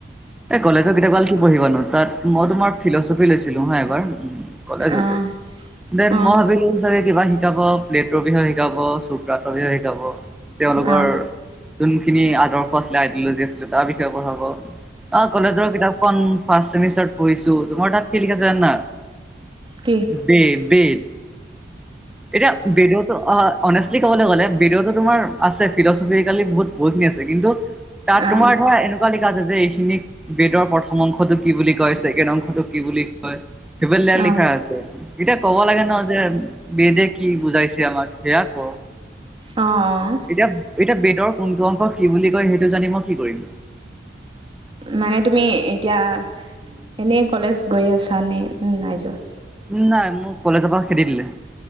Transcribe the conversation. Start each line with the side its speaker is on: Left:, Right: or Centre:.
Centre: এই কলেজৰ কিতাপ কাল কি পঢ়িবানো তাত মই তোমাৰ ফিলচফি লৈছিলো হা এবাৰ কলেজতে,
Right: অ'।
Centre: <inaudible> দেন
Right: অ',
Centre: মই ভাবিলো চাগে কিবা শিকাব ফ্লেটৰ বিষয়ে শিকাব ছক্ৰেটিছৰ বিষয়ে শিকাব। তেওঁলোকৰ
Right: অ',
Centre: যোনখিনি আদৰ্শ আছিলে আইডিঅলজিছ আছিলে তাৰ বিষয়ে পঢ়াব। অ কলেজৰ কিতাপখন ফাৰ্চ চেমিষ্টাৰত পঢ়িছো তোমাৰ তাত কি লিখা আছে জানা?
Right: কি?
Centre: বেদ বেদ এতিয়া বিদটো অ অনেষ্টলি ক'বলৈ গ'লে বেদ টো তোমাৰ আছে ফিলছফি আজিকালি বহুত বহুতখিনি আছে কিন্তু তাত
Right: অ',
Centre: তোমাৰ ধৰা এনেকুৱা লিখা আছে যে খিনিক বেদৰ প্ৰথম অংশতটোক কি বুলি কয়, ছেকেণ্ড অংশতটো কি বুলি কয়? সেইবিলাক
Right: অ', অ',
Centre: লিখা আছে। এতিয়া কব লাগে ন যে বেদে কি বুজাইছে আমাক সেয়াই কওক।
Right: অ,
Centre: এতিয়া এতিয়া বেদৰ কোনটো অংশ কি বুলি কয় সেইটো জানি মই কি কৰিম?
Right: মানে তুমি এতিয়া এনেই কলেজ গৈ আছানে নাই যোৱা?
Centre: নাই মোক কলেজৰ পৰা খেদি দিলে।